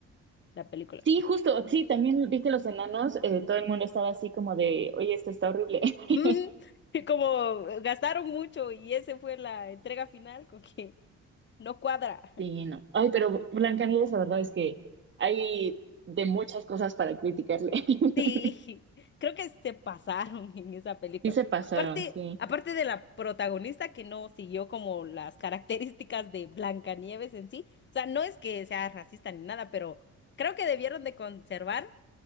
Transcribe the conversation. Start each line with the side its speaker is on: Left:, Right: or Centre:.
Left: La película.
Right: Sí, justo, sí, también vi que los enanos, eh, todo el mundo estaba así como de, oye, esto está horrible. <laughs>
Left: Ujú. <laughs> Y Como eh, gastaron mucho y ese fue la entrega final, con que no cuadra.
Right: Sí, no. Ay, pero Blancanieves, la verdad es que hay de muchas cosas para criticarle. <laughs>
Left: Sí, <laughs> creo que se pasaron <laughs> en esa película.
Right: Sí se pasaron,
Left: Aparte,
Right: sí.
Left: aparte de la protagonista que no siguió como las características de Blancanieves en sí. O sea, no es que sea racista ni nada, pero creo que debieron de conservar